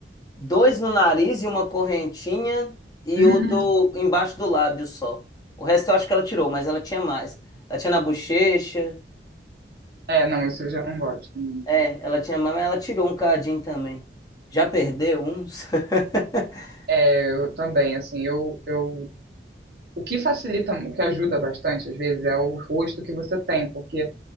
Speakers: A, on the left; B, on the right.
A: dois no nariz e uma correntinha e
B: <laughs>
A: o do embaixo do lábio só. O resto eu acho que ela tirou, mas ela tinha mais. Ela tinha na bochecha,
B: É, não, isso eu já não gosto muito.
A: É, ela tinha mais, mas ela tirou um cadinho também. Já perdeu uns? <laughs>
B: É, eu também, assim, eu, eu, o que facilita, o que ajuda bastante, às vezes, é o rosto que você tem, porque